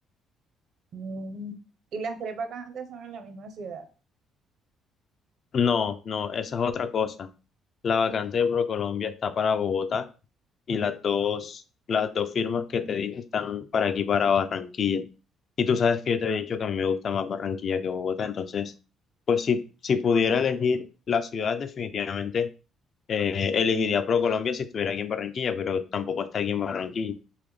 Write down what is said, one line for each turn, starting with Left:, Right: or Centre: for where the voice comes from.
Right: Mm, Y las tres vacantes son en la misma ciudad.
Left: No, no, esa es otra cosa. La vacante de ProColombia está para Bogotá y las dos, las dos firmas que te dije están para aquí, para Barranquilla. Y tú sabes que yo te había dicho que a mí me gusta más Barranquilla que Bogotá, entonces, pues si, si pudiera elegir la ciudad, definitivamente eh, elegiría ProColombia si estuviera aquí en Barranquilla, pero tampoco está aquí en Barranquilla.